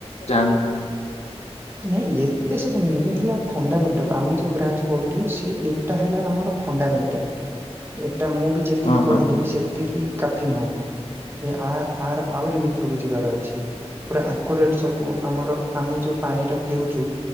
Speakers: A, on the left (about 70°); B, on the right (about 20°).
A: ଯାଣ
B: ନାଁଇ ଏତେ ସବୁ ଇଏ ହେଲା ଫଣ୍ଡାମେଣ୍ଟାଲ ଆମେ ଯୋଉ ବ୍ରାଞ୍ଚ ପଢୁଚୁ ସିଏ ଏଟା ହେଲା ଆମର ଫଣ୍ଡାମେଣ୍ଟାଲ। ଏଟା ମୁଁ ବି ଯେତିକି
A: ହଁ
B: କହିଲି
A: ହଁ।
B: ସେତିକି କାଫି ନୁହଁ। ଏ ଆ ଆର ଆହୁରି ଭିତରକୁ ଯିବାର ଅଛି। ପୁରା ଆକୁରେଟ୍ ସବୁ ଆମର ଆମେ ଯୋଉ ପାଣି ଟା ପିଉଚୁ।